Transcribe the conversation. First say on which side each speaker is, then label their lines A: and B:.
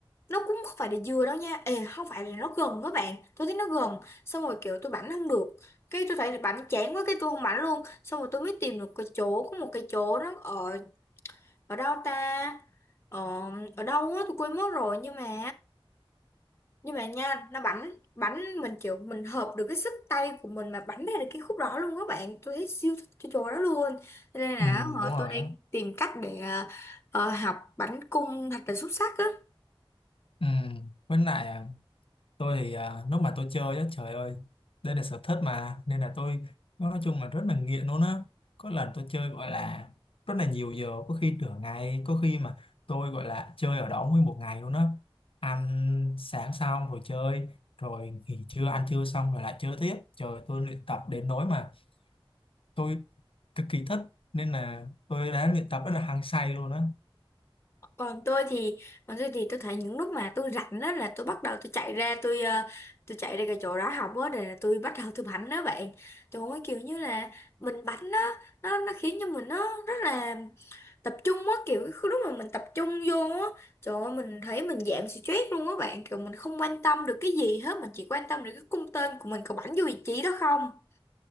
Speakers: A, on the left; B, on the left.
A: nó cũng không phải là dừa đâu nha Ê, không phải là nó gần các bạn tôi thấy nó gần xong rồi kiểu tôi bắn không được cái tôi thấy bắn chán quá cái tôi không bắn luôn xong rồi tôi mới tìm được cái chỗ có một cái chỗ nó ở ở đâu ta ở ở đâu á tôi quên mất rồi nhưng mà nhưng mà nha nó bắn bắn mình kiểu mình hợp được cái sức tay của mình mà bắn ra được cái khúc đó luôn các bạn tôi thấy siêu thích cái chỗ đó luôn Cho nên là
B: Ừ,
A: ờ,
B: đúng rồi
A: tôi đang
B: á.
A: tìm cách để ờ, ờ, học bắn cung thật là xuất sắc á
B: Ừ. Với lại à, tôi thì à, lúc mà tôi chơi á, trời ơi, đây là sở thích mà nên là tôi nói chung là rất là nghiện luôn á. Có lần tôi chơi gọi là rất là nhiều giờ, có khi nửa ngày, có khi mà tôi gọi là chơi ở đó nguyên một ngày luôn á. Ăn sáng xong rồi chơi, rồi nghỉ trưa ăn trưa xong rồi lại chơi tiếp. Trời tôi luyện tập đến nỗi mà tôi cực kỳ thích nên là tôi đã luyện tập rất là hăng say luôn á.
A: còn tôi thì còn tôi thì tôi thấy những lúc mà tôi rảnh đó là tôi bắt đầu tôi chạy ra tôi ờ, tôi chạy ra cái chỗ đó học á để tôi bắt đầu tôi bắn đó bạn trời ơi kiểu như là mình bắn đó nó nó khiến cho mình nó rất là tập trung á kiểu cái lúc mà mình tập trung vô á trời ơi mình thấy mình giảm stress luôn á bạn kiểu mình không quan tâm được cái gì hết mình chỉ quan tâm được cái cung tên của mình có bắn vô vị trí đó không